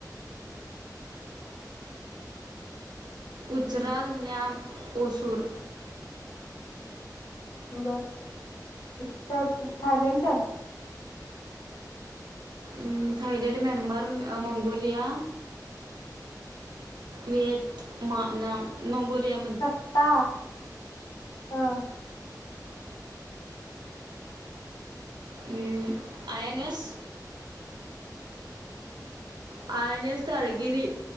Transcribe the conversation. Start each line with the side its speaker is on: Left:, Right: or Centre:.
Right: उचराल न्याम ओसोर
Left: बरं <unintelligible> थायलंडच्या.
Right: उम्म Thailand, Myanmar, Mongolia Vietnam, Mongolia
Left: कत्ता हा.
Right: उम्म आय एन एस आणि स्थाळगिरी